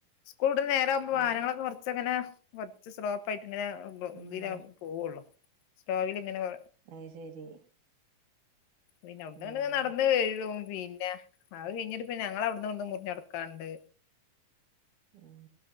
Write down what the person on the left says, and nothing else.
സ്കൂള് ഡ്നെ നേരവു വാനങ്ങളൊക്കെ
കൊറച്ചങ്ങനെ കുറച്ച് സ്ലോപ്പ ആയിട്ട് ഇങ്ങനെ
ഇതില പോവുള്ളു സ്റ്റോവിലി ഇങ്ങനെ വ
പിന്നെ അവുട്ന്ന്ങ്ങട്
നടന്ന് കഴും പിന്നെ അത് കയിഞ്ഞിട്ട് പിന്നെ ഞങ്ങള അവിടന്നഇവടന്ന് മുറിഞ്ഞടക്കാണ്ട്